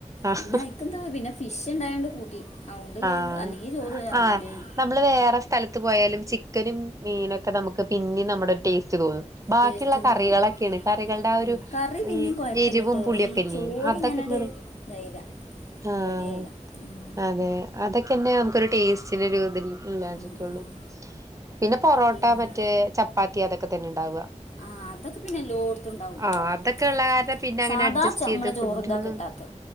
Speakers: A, on the right; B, on the left.
A: ആഹ്
B: പിന്ന ഇക്കന്തോ പിന്നെ ഫിഷ് ഉണ്ടായോണ്ട് കൂട്ടി അതുകൊണ്ട്
A: ആഹ
B: അല്ലെങ്കിൽ ചോറ് ഇറങ്ങൂലേനി
A: ആ് നമ്മള് വേറെ സ്ഥലത്ത് പോയാലും ചിക്കനും മീനൊക്കെ ഒക്കെ നമുക്ക് പിന്ന നമ്മുടെ ഒരു ടേസ്റ്റ് തോന്നും ബാക്കിയുള്ള
B: ടേസ്റ്റ് തോന്നും
A: കറികളൊക്കെയാണ് കറികളുടെ ആ
B: ഉം
A: ഒരു
B: കറി പിന്നിം
A: ഈ
B: കൊഴപ്പല്ലട്ടോ
A: എരിവും പുളിയൊക്കെല്ല
B: ഈ ചോറ്
A: അതൊക്കെ
B: ഇങ്ങനട്
A: ഇങ്ങണ്
B: ഇതായില്ല
A: ആഹ
B: റെഡി ആയില്ല ഉം
A: അതെ അതൊക്കെ തന്നെ നമുക്കൊരു ടേസ്റ്റി രതിൽ ഇള്ളായിരിക്കുള്ളൂ
B: ആഹ് ആഹ്
A: പിന്നെ പൊറോട്ട
B: പിന്നെ
A: മറ്റേ ചപ്പാത്തി അതൊക്കെ തന്നെ ഉണ്ടാവുക
B: ആഹ് അതൊക്കെ പിന്നെ എല്ലോട്ത്തും ഉണ്ടാവും
A: ആ
B: പൊറോട്ടൊക്കെ
A: അതൊക്കെ ഉള്ള കാരണം പിന്നെ അങ്ങനെ
B: സാധാ
A: അഡ്ജസ്റ്റ്
B: ചോ
A: ചെയ്ത്
B: നമ്മളെ ചോറും
A: ഫുഡിനൊന്നും
B: ഇതൊക്കെ കിട്ടാത്തെ